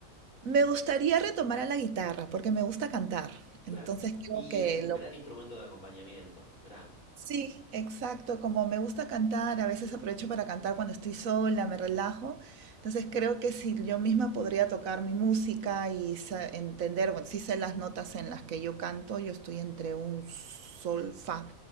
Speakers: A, on the right; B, on the left.
A: Me gustaría retomar a la guitarra porque me gusta cantar.
B: Claro.
A: Entonces creo
B: Y
A: que
B: es un
A: lo
B: gran instrumento de acompañamiento, gran.
A: Sí, exacto. Como me gusta cantar, a veces aprovecho para cantar cuando estoy sola, me relajo. Entonces creo que si yo misma podría tocar mi música y sa- entender, bueno, sí sé las notas en las que yo canto, yo estoy entre un sol, fa,